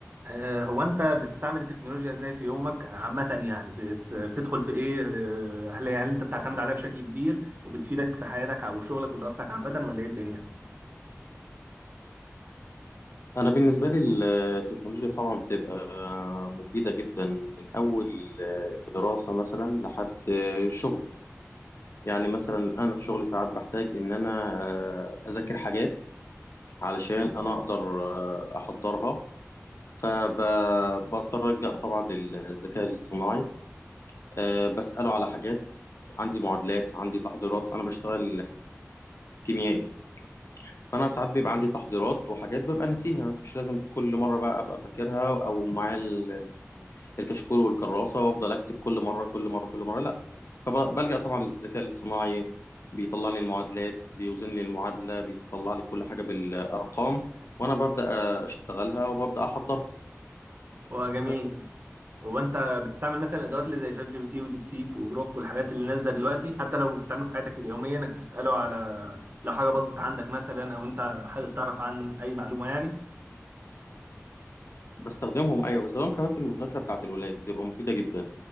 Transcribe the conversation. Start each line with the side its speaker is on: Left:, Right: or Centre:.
Right: آه، هو انت بتستعمل التكنولوجيا ازاي في يومك عامة يعني بت- بتدخل في ايه آه، هل هل انت بتعتمد عليها بشكل كبير وبتفيدك في حياتك او شغلك ودراستك عامة ولا ايه الدنيا؟
Left: أنا بالنسبة لي التكنولوجيا طبعا بتبقى مفيدة جدا من أول الدراسة مثلا لحد الشغل يعني مثلا أنا في شغلي ساعات بحتاج إن أنا أذاكر حاجات علشان أنا أقدر أحضرها فبضطر ألجأ طبعا للذكاء الاصطناعي أه، بسأله على حاجات عندي معادلات عندي تحضيرات أنا بشتغل كيميائي فانا ساعات بيبقى عندي تحضيرات وحاجات ببقى ناسيها مش لازم كل مره بقى ابقى فاكرها او معايا ال- الكشكول والكراسه وافضل اكتب كل مره كل مره كل مره لا فبلجأ طبعا للذكاء الاصطناعي بيطلع لي المعادلات بيوزن لي المعادله بيطلع لي كل حاجه بالارقام وانا ببدأ اشتغلها وببدأ احضرها
Right: هو جميل
Left: بس
Right: جدا هو انت بتستعمل مثلا الادوات اللي زي شات جي بي تي وديب سيك وجروك والحاجات اللي نازله دلوقتي حتى لو بتستعمله في حياتك اليوميه انك تساله على لو حاجه باظت عندك مثلا او انت حابب تعرف عن اي معلومه يعني
Left: بستخدمهم ايوه بستخدمهم كمان في المذاكره بتاعه الولاد بتبقى مفيده جدا